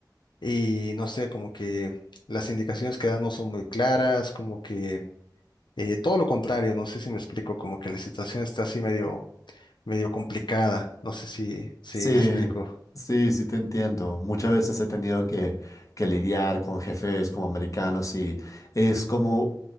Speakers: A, on the left; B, on the left.
A: y no sé, como que las indicaciones que da no son muy claras, como que eh, todo lo contrario, no sé si me explico, como que la situación está así medio, medio complicada, no sé si, si
B: Sí,
A: me explico.
B: sí, sí te entiendo. Muchas veces he tenido que, que lidiar con jefes como americanos y es como,